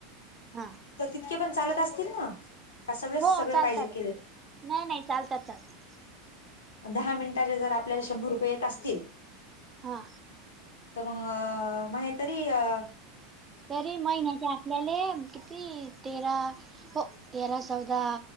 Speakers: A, on the right; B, on the left.
A: हा.
B: तर तितके पण चालत असतील ना सगळ सगळे
A: हो चालतात
B: पाहिजे केले-
A: नाही नाही चालतात चालतात
B: दहा मिनिटाच्या जर आपल्याला शंभर रुपये येत असतील,
A: हा!
B: तर मग मही तरी अ-
A: तरी महिन्याच्या आपल्याले किती तेरा हो तेरा चौदा